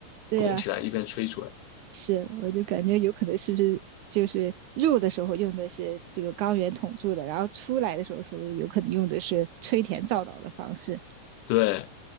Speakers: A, on the right; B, on the left.
A: 对呀、
B: 拱起来，一边吹出来。
A: 是，我就感觉有可能是不是就是入的时候用的是这个钢圆筒柱的，然后出来的时候说有可能用的是吹填造岛的方式。
B: 对。